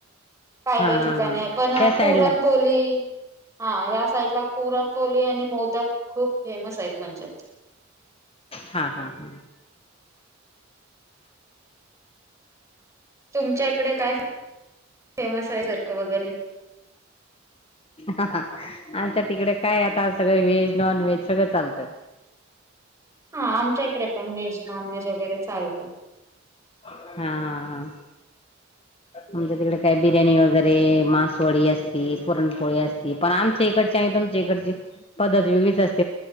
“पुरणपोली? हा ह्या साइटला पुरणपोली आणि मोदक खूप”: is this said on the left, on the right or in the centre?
Right